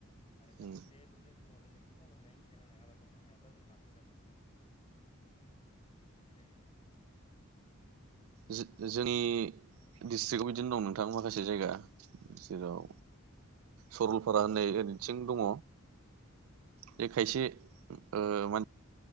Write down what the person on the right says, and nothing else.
उम
जो जोनि डिस्ट्रिकआव बिदिनो दं नोंथां माखासे जायगा जेराव सरलपारा
होननाय <unintelligible> थिं दङ जे खायसे
ओ मान